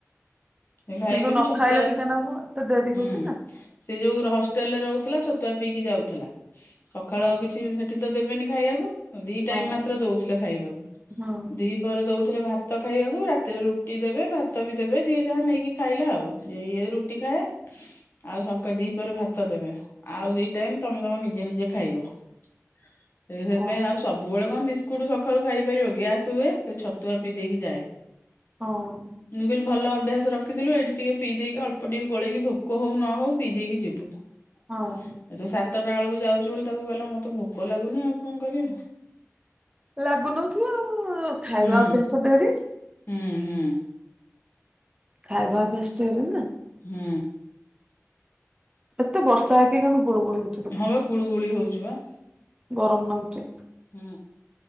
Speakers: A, on the left; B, on the right.
A: ଏ ଭାଇ
B: କିନ୍ତୁ
A: ଭଉଣୀ
B: ନ
A: ଛତୁଆ,
B: ଖାଇଲେ ଟିକେ ନାକୁ ଏତେ ଡେରି
A: ହୁଁ।
B: ହଉଛି ନା।
A: ସେ ଯୋଉ ହଷ୍ଟେଲରେ ରହୁଥିଲା ଛତୁଆ ପିଇକି ଯାଉଥିଲା, ସକାଳୁ
B: ଓହୋ
A: ଆଉ କିଛି ତ ଦେବେନି ଖାଇବାକୁ, ଦି ଟାଇମ୍
B: ହଁ
A: ମାତ୍ର ଦଉଥିଲେ ଖାଇବାକୁ।
B: ହଁ
A: ଦି ପହରେ ଦଉଥିଲେ ଭାତ ଖାଇବାକୁ, ରାତିରେ ରୁଟି ଦେବେ, ଭାତ ବି ଦେବେ, ଯିଏ ଯାହା ନେଇକି ଖାଇଲା ଆଉ। ଇଏ ରୁଟି ଖାଏ। ଆଉ ସକାଳେ ଦିପହରେ ଭାତ ଦେବେ, ଆଉ ଦି ଟାଇମ୍ ତମେ ତମ ନିଜେ ନିଜେ ଖାଇବ। ହ। <unintelligible> ସେଇଥିପାଇଁ
B: ଓହୋ
A: ଆଉ ସବୁବେଳେ କଣ ବିସ୍କୁଟ ସକାଳୁ ଖାଇପାରିବ କି? ଗ୍ୟାସ୍ ହୁଏ, ସେ ଛତୁଆ ପିଇ ଦେଇକି ଯାଏ।
B: ହଉ।
A: ମୁଁ କହିଲି ଭଲ ଅଭ୍ୟାସ ରଖିଥିଲୁ। ଏଇଠି ଟିକେ ପିଇ ଦେଇକି ଅଳ୍ପ ଟିକେ ଗୋଳେଇକି, ଭୋକ ହଉ ନ ହଉ ପିଇ ଦେଇକି ଯିବୁ। ଏ
B: ହଁ
A: ଯୋଉ ସାତଟା ବେଳକୁ ଯାଉଛୁ ବୋଲି ତାକୁ କହିଲା, ମତେ ଭୋକ ଲାଗୁନି ଆଉ କଣ କରିବା।
B: ଲାଗୁନଥିବ ଆଉ? ଖାଇବା
A: ହୁଁ
B: ଅଭ୍ୟାସ ଡେରି?
A: ହୁଁ, ହୁଁ।
B: ଖାଇବା ବେସ୍ତରେ ନା?
A: ହୁଁ।
B: ଏତେ ବର୍ଷା ହେଇକି, କିନ୍ତୁ ଗୁଳୁଗୁଳି ହଉଚି।
A: ହଁବା ଗୁଳୁ ଗୁଳି ହଉଛି ବା।
B: ଗରମ ଲାଗୁଚି।
A: ହୁଁ।